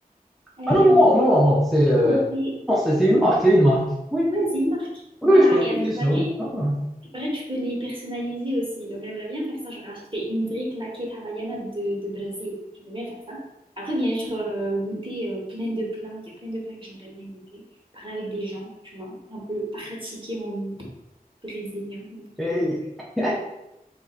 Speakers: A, on the right (about 35°); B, in the centre.
A: Euh,
B: Ah non, non, non, non, c'est
A: non,
B: euh,
A: c'est
B: non, c'est c'est une marque, c'est une marque. oui
A: ouais, c'est une marque.
B: Oui,
A: Voilà,
B: oui, je connais,
A: et
B: oui,
A: à ce
B: bien
A: qui
B: sûr.
A: paraît,
B: oui.
A: à
B: Ah ouais.
A: ce qui paraît, tu peux les personnaliser aussi. Donc j'aimerais bien faire ça, genre acheter une vraie claquette Havaiana de, de Brésil. J'aimerais bien faire ça. Après, bien sûr, euh, goûter euh, plein de plats. Il y a plein de plats que j'aimerais bien goûter. Parler avec des gens, tu vois, un peu pratiquer mon brésilien, mon portugais.
B: Hey. <laughs>